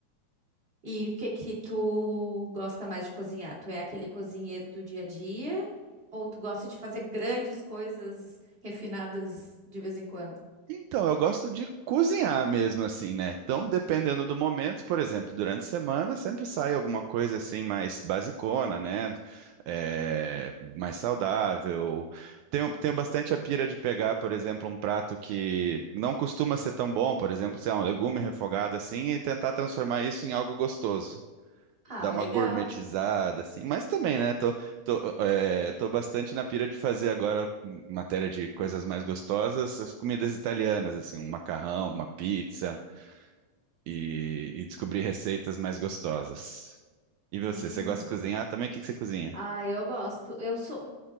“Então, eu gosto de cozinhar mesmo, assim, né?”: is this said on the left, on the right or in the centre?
Right